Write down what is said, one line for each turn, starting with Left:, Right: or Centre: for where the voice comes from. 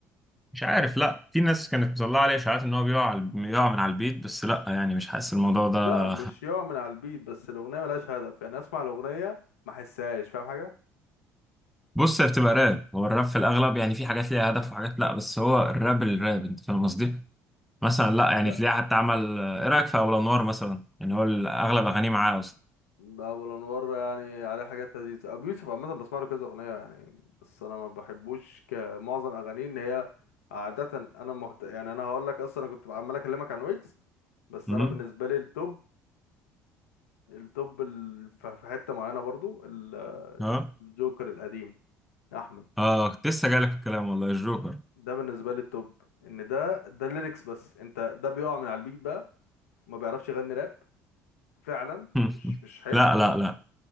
Centre: مش عارف لا في ناس كانت مطلعه عليه اشاعات ان هو بيقع على- بيقع من على البيت بس لا يعني مش حاسس الموضوع ده
Left: لا مش يقع من على البيت بس الأغنية ملهاش هدف يعني أسمع الأغنية ما أحسهاش فاهم حاجة؟
Centre: بص هي بتبقى راب هو الراب في الاغلب يعني في حاجات ليها هدف وحاجات لا بس هو الراب الراب انت فاهم قصدي مثلا لا يعني
Left: لا
Centre: تلاقيه حتى عمل ايه رايك في اول انوار مثلا يعني هو اغلب اغانيه معاه
Left: أبو الأنوار يعني عليه حاجات لذيذة أبو يوسف عامة بسمع له كذا أغنية يعني بس أنا ما بحبوش كمعظم أغانيه إن هي عادة أنا مهت... يعني أنا هقول لك أصلا أنا كنت عمال أكلمك عن ويجز بس
Centre: اصلا
Left: أنا بالنسبة لي التوب التوب ال... ف- في حتة معينة برضو ال-
Centre: اه
Left: الجوكر القديم أحمد
Centre: اه كنت لسه جايلك في الكلام والله الجوكر
Left: ده بالنسبه لي التوب ان ده ده الليركس بس انت ده بيقع من على البيت بقى ما بيعرفش يغني راب فعلا
Centre: <laughs>
Left: مش مش حلو
Centre: لا لا لا